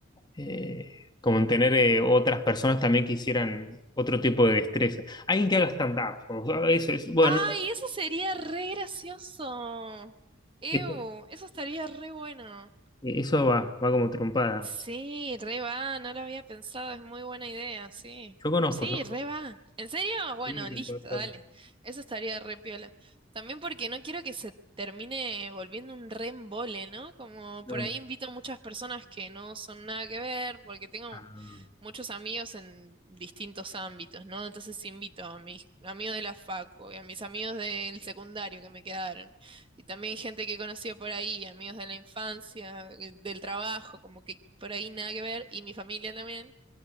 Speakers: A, on the left; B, on the right.
A: eh, como en tener eh, otras personas también que hicieran otro tipo de destreza. Alguien que haga stand-up. o sea, eso es, bueno,
B: ¡Ay, eso sería re gracioso! ¡Ew!
A: eso,
B: Eso estaría re bueno.
A: eso va, va como trompada.
B: Sí, re va, no lo había pensado, es muy buena idea, sí.
A: Yo conozco,
B: Sí,
A: yo conozco.
B: re va. ¿En serio? Bueno,
A: Sí, ¿quién
B: listo,
A: puede ser?
B: dale. Eso estaría re piola. También porque no quiero que se termine volviendo un re embole, ¿no? Como
A: No,
B: por ahí invito a muchas personas que no son nada que ver, porque tengo
A: ah,
B: muchos amigos en distintos ámbitos, ¿no? Entonces invito a mis amigos de la facu y a mis amigos del secundario que me quedaron. Y también gente que he conocido por ahí, amigos de la infancia, eh, del trabajo, como que por ahí nada que ver, y mi familia también.